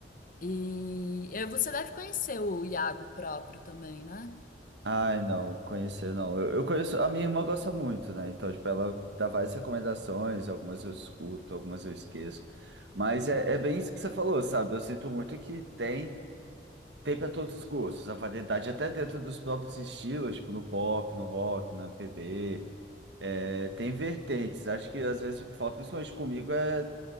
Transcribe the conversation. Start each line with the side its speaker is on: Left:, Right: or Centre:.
Left: E e você deve conhecer o Iago próprio também, né?
Right: Ai, não, conhecer não. Eu, eu conheço, a minha irmã gosta muito, né? Então, tipo, ela dá várias recomendações, algumas eu escuto, algumas eu esqueço. Mas é, é bem isso que você falou, sabe? Eu sinto muito que tem, tem para todos os gostos, a variedade até dentro dos próprios estilos, tipo no pop, no rock, na M p b É, tem vertentes. Acho que às vezes o que falta, principalmente comigo, é